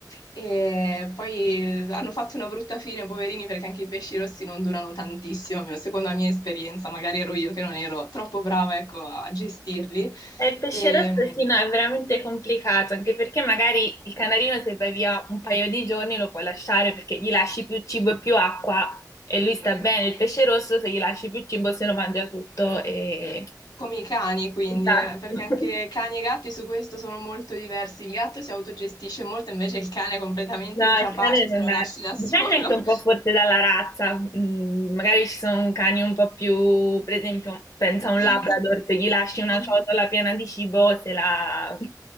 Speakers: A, on the left; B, on the left.
A: e poi hanno fatto una brutta fine, poverini, perché anche i pesci rossi non durano tantissimo, almeno secondo la mia esperienza, magari ero io che non ero troppo brava, ecco, a gestirli.
B: E il pesce
A: E,
B: rosso sì, no, è veramente complicato, anche perché magari il canarino se vai via un paio di giorni lo puoi lasciare perché gli lasci più cibo e più acqua e lui sta bene. Il pesce rosso se gli lasci più cibo se lo mangia tutto e...
A: come i cani, quindi,
B: Esatto.
A: eh, perché
B: <laughs>
A: anche cani e gatti su questo sono molto diversi. Il gatto si autogestisce molto, invece il cane è completamente
B: No,
A: incapace
B: il cane non
A: se lo
B: è...
A: lasci da
B: Dipende
A: solo.
B: anche un po' forse dalla razza. Mm, magari ci sono cani un po' più, per esempio, pensa a un Labrador,
A: <laughs>
B: se gli lasci una
A: Mhm.
B: ciotola piena di cibo, se la... <laughs>